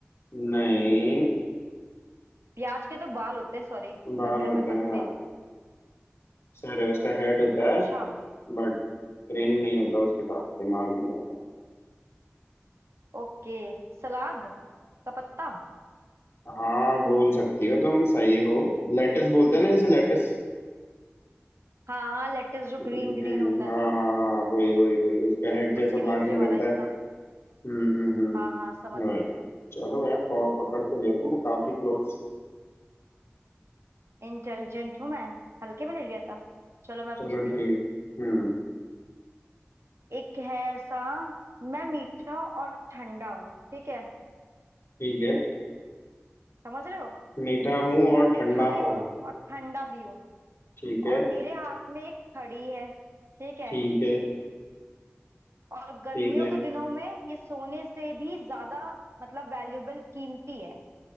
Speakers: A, on the left (about 70°); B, on the right (about 75°).
A: नहीं
B: प्याज के तो बाल होते हैं सॉरी
A: बाल
B: लंबे लंबे
A: होते
B: पत्ते
A: हैं हाँ सर है उसका हेड होता
B: अच्छा
A: है बट ब्रेन नहीं होता उसके पास दिमाग नहीं होता
B: ओके सलाद का पत्ता
A: हाँ बोल सकती हो तुम सही हो लेटस बोलते हैं ना जैसे लेटस
B: हाँ हाँ लेटेस जो
A: हम्म
B: ग्रीन ग्रीन
A: हम्म।
B: होता है
A: हाँ
B: जो
A: हाँ हाँ वही वही वही उसका हेड जैसा
B: उसके नीचे
A: बाहर निकलता
B: वाला हिस्सा
A: है हम्म हम्म हम्म
B: हाँ हाँ समझ
A: right.
B: गई
A: चलो यार पाव पकड़ तो लिया तुमने
B: ओके
A: काफी क्लोज
B: इंटेलिजेंट हूँ मैं हल्के में ले लिया था चलो मैं
A: चलो
B: पूछती हूँ
A: ठीक हम्म
B: एक है ऐसा मैं मीठा और ठंडा हूँ ठीक है
A: ठीक है
B: समझ रहे हो
A: मीठा हूँ और
B: मैं मीठा
A: ठंडा
B: भी
A: हूँ
B: हूँ और ठंडा भी हूँ
A: ठीक है
B: और मेरे हाथ में एक छड़ी है ठीक है
A: ठीक है
B: और गर्मियों
A: ठीक है
B: के दिनों में ये सोने से भी ज्यादा मतलब वैल्यूबल कीमती है